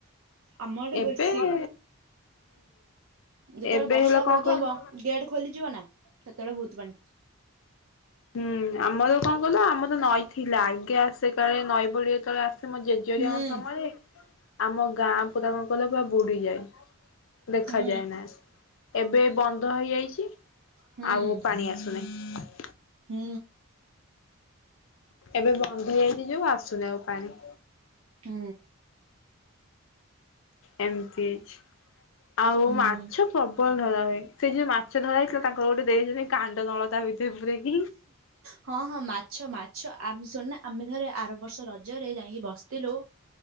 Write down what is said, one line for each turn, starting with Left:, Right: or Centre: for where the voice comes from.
Right: ଆମ ଆଡେ
Left: ଏବେ
Right: ବେଶୀ
Left: ହୁଁ
Right: ଯେତେବେଳେ
Left: ଏବେ
Right: ବର୍ଷା
Left: ହେଲା କଁ
Right: ବହୁତ
Left: କହିଲୁ?
Right: ହବ ଗେଟ୍ ଖୋଲିଯିବ ନାଁ ସେତେଳେ ଭୋଉତ ପାଣି।
Left: ହୁଁ ଆମର କଁ କହିଲ ଆମର ନଈ ଥିଲା ଆଗେ ଆସେ କାଳେ ନଈ ବଢ଼ି ଏତଳେ ଆ ସେ ମୋ ଜେଜେ ହରିଆଙ୍କ
Right: ହୁଁ
Left: ସମୟରେ ଆମ ଗାଁ ପୁରା କଁ କହିଲ ପୁରା ବୁଡ଼ି ଯାଏ। ଦେଖାଯାଏନା
Right: ହୁଁ
Left: ଏବେ ବନ୍ଧ ହେଇଯାଇଚି।
Right: ହୁଁ
Left: ଆଉ ପାଣି ଆସୁନେଇ।
Right: ହୁଁ।
Left: ଏବେ ବନ୍ଧ ହେଇଯାଇଚି ଯୋଉ ଆସୁନି ଆଉ ପାଣି।
Right: ହୁଁ।
Left: ଏମତି ହେଇଛି। ଆଉ
Right: ହୁଁ
Left: ମାଛ ପ୍ରବଳ ଧରା ହୁଏ। ସେ ଯୋଉ ମାଛ ଧରା ହେଇଥିଲା ତାଙ୍କର ଗୋଟେ ଦେଇଚନ୍ତି କାଣ୍ଡନଳ ତା ଭିତରେ ପୁରେଇକି।
Right: ହଁ ହଁ ମାଛ ମାଛ ଆମେ ଶୁଣୁନା ଆମେ ଥରେ ଆର ବର୍ଷ ରଜରେ ଯାଇଁକି ବସଥିଲୁ